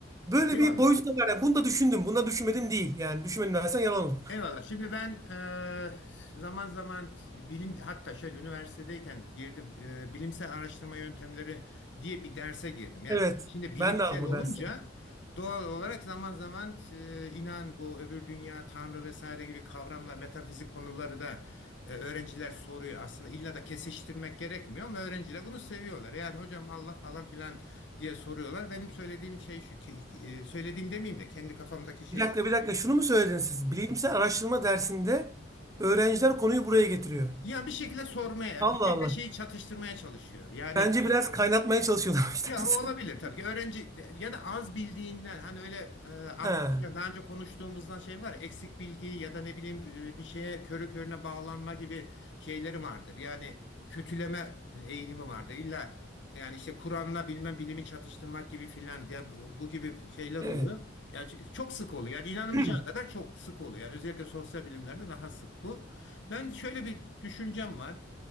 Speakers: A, on the right (about 15°); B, on the left (about 65°).
A: Böyle
B: eyvallah.
A: bir boyutu da var. Yani bunu da düşündüm. Bunu da düşünmedim değil. Yani düşünmedim dersen yalan olur.
B: Eyvallah. Şimdi ben eee, zaman zaman bilim hatta şöyle üniversitedeyken girdim eee, bilimsel araştırma yöntemleri diye bir derse girdim. Yani
A: Evet.
B: içinde bilimsel
A: Ben de aldım o
B: olunca
A: dersi.
B: doğal olarak zaman zaman eee, inan bu öbür dünya, tanrı vesaire gibi kavramla metafizik konuları da eee, öğrenciler soruyor. Aslında illa da kesiştirmek gerekmiyor ama öğrenciler bunu seviyorlar. Yani hocam Allah falan filan diye soruyorlar. Benim söylediğim şey şu ki eee, söylediğim demeyeyim de kendi kafamdaki şey
A: Bir dakika bir dakika. Şunu mu söylediniz siz? Bilimsel araştırma dersinde öğrenciler konuyu buraya getiriyor.
B: Yani bir şekilde sormaya,
A: Allah
B: birbirine
A: Allah.
B: şeyi çatıştırmaya çalışıyor. Yani
A: Bence biraz kaynatmaya çalışıyorlarmış
B: ya
A: dersi.
B: o olabilir
A: <laughs>
B: tabii ki. Öğrenci ya da az bildiğinden hani öyle e, arka
A: Ha,
B: plan- daha önce konuştuğumuzdan şey var ya eksik bilgi ya da ne bileyim e, bir şeye körü körüne bağlanma gibi şeyleri vardır. Yani kötüleme eğilimi vardır. İlla yani işte Kur'an'la bilmem bilimi çatıştırmak gibi filan diye bu bu gibi şeyler
A: evet.
B: oluyor. Yani ç- çok sık oluyor. Yani inanamayacağı
A: <clears throat>
B: kadar çok sık oluyor. Yani özellikle sosyal bilimlerde daha sık bu. Ben şöyle bir düşüncem var.